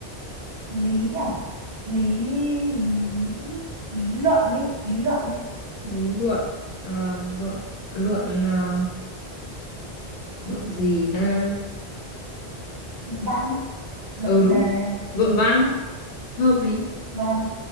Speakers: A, on the right; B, on the left.
A: lý nhỉ lý lý lý luận đi lý luận đi
B: lý luận Ờ, luận luận ờ, luận gì ta
A: luận văn luận
B: ừ đúng
A: đề
B: luận văn hợp lý
A: văn